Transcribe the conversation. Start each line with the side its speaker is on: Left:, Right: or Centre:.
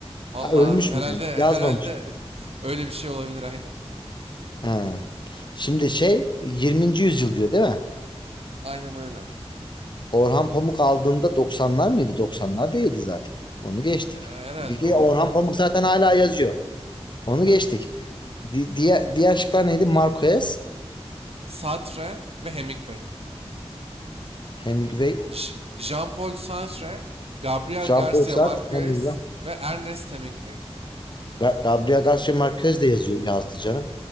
Right: Vallahi
Left: Ha, ölmüş
Right: abi herhalde
Left: mü yani? Yazmamış.
Right: <laughs> herhalde öyle bir şey olabilir aynen.
Left: Ha. Şimdi şey 20. yüzyıl diyor değil mi?
Right: Aynen öyle.
Left: Orhan Pamuk aldığında doksanlar mıydı? 90'lar değildi zaten. Onu geçtik.
Right: Ee, herhalde
Left: Bir
Right: olabilir
Left: de Orhan
Right: bilmiyorum.
Left: Pamuk zaten hala yazıyor. Onu
Right: Evet.
Left: geçtik. Di- diğer, diğer şıklar neydi? Marquez,
Right: Sartre ve Hemingway.
Left: Hemingway,
Right: J- Jean-Paul Sartre, Gabriel
Left: Jean-Paul
Right: Garcia
Left: Sartre,
Right: Marquez
Left: Hemingway.
Right: ve Ernest Hemingway.
Left: Ga- Gabriel Garcia Marquez de yazıyor, yazdı canım.